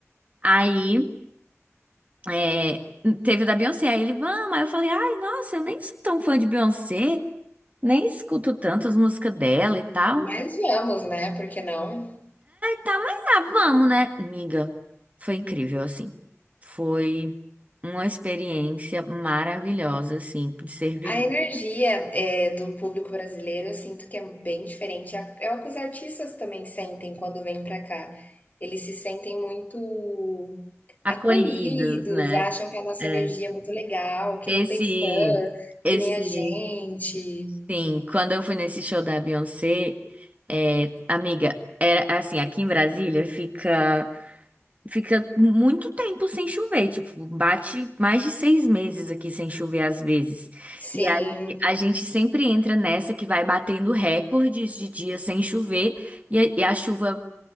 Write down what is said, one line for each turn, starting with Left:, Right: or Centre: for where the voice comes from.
Right: Aí é, teve o da Beyoncé. Aí ele, vamos. Aí eu falei, ai, nossa, eu nem sou tão fã de Beyoncé, nem escuto tanto as músicas dela e tal.
Left: Mas vamos, né? Por que não?
Right: Tá, mas ah, vamos, né, amiga? Foi incrível, assim. Foi uma experiência maravilhosa, assim, de ser vivida.
Left: A energia é, do público brasileiro, eu sinto que é bem diferente. É é o que os artistas também sentem quando vêm para cá. Eles se sentem muito
Right: Acolhidos,
Left: acolhidos,
Right: né?
Left: acham que a nossa
Right: É.
Left: energia é muito legal, que
Right: Esse,
Left: não tem fã,
Right: esse,
Left: que nem a gente.
Right: sim, quando eu fui nesse show da Beyoncé, é, amiga, era assim, aqui em Brasília fica fica muito tempo sem chover, tipo, bate mais de seis meses aqui sem chover às vezes.
Left: Sim,
Right: E aí a gente sempre entra nessa que vai batendo recordes de dias sem chover e a, e a chuva